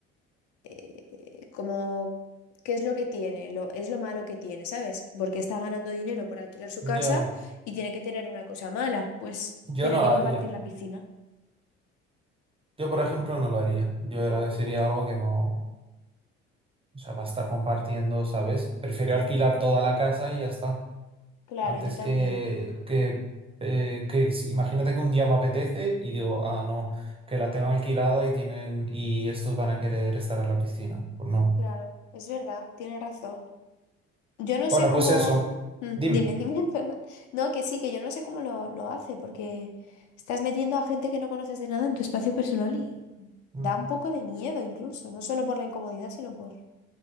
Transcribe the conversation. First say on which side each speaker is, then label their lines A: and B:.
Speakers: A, on the left; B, on the right.
A: eh, como... ¿Qué es lo que tiene? Lo, es lo malo que tiene, ¿sabes? Porque está ganando dinero por alquilar su
B: Ya,
A: casa y tiene que tener una cosa mala, pues
B: yo
A: tener
B: no
A: que
B: lo haría.
A: compartir la piscina.
B: Yo, por ejemplo, no lo haría. Yo era, sería algo que no. O sea, va a estar compartiendo, ¿sabes? Prefiero alquilar toda la casa y ya está.
A: Claro,
B: Antes
A: yo también.
B: que, que, eh, que si- imagínate que un día me apetece y digo, ah, no, que la tengo alquilada y tienen, y estos van a querer estar en la piscina. Pues no.
A: Claro, es verdad, tiene razón. Yo no
B: Bueno,
A: sé cómo...
B: pues eso.
A: Mm,
B: Dime.
A: dime, dime, <laughs> perdón. No, que sí, que yo no sé cómo lo, lo hace, porque estás metiendo a gente que no conoces de nada en tu espacio personal y
B: Mm,
A: da un poco de miedo incluso, no solo por la incomodidad, sino por